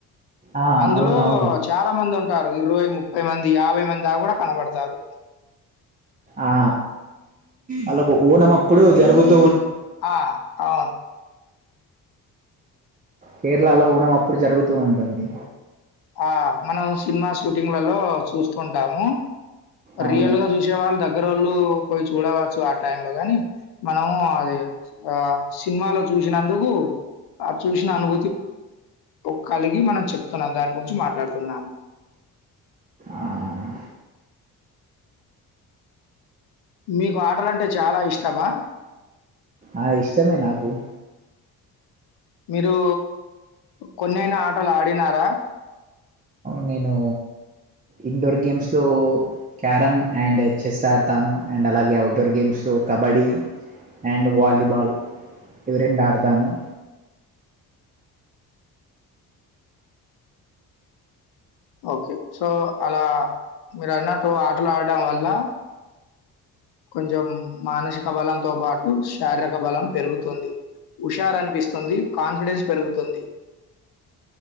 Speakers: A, on the right; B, on the left.
A: ఆ
B: అందులో
A: అవునవును
B: చాలా మంది ఉన్ ట్టారు ఇరవై ముప్ ముప్పై మంది యాభై మంది దాక గూడా కనబడతారు
A: ఆ అల్లకు అప్పుడు జరుగుతు
B: ఆ ఆ
A: కేరళలో ఊనం అప్పుడు జరుగుతూ ఉంటుంది
B: ఆ మనం సినిమా షూటింగ్స్లలో చూస్తుంటాము
A: అవును
B: రియల్ గా చూసేవాళ్ళు దగ్ గ్గరోళ్ళు పోయి చూడవచ్చు ఆ టైన్ లో గాని మనము అది ఆ సినిమాల్లో చూసినందుకు ఆ చూసిన అనుభూతి ఒక్కలిగి మనం చెప్తున్నాం దాని గురించి మాట్లాడుతున్నాము
A: ఆహా
B: మీకు ఆటలంటే చాలా ఇష్టమా
A: ఆ ఇష్టమే నాకు
B: మీరు కొన్ననా ఆటలు ఆడినారా
A: నేను ఇండోర్ గేమ్స్లో క్యారమ్ అండ్ చెస్ ఆడతాను అండ్ అలాగే అవుట్డోర్ గేమ్స్లో కబడ్డీ అండ్ వాలీబాల్ ఇవి రెండు ఆడతాము
B: ఓకే సో అలా మీరు అన్నట్టు ఆటలాడడం వల్ల కొంచెం మానసిక బలంతో పాటు శారీరక బలం పెరుగుతుంది హుషారు అనిపిస్తుంది కాన్ఫిడెన్స్ పెరుగుతుంది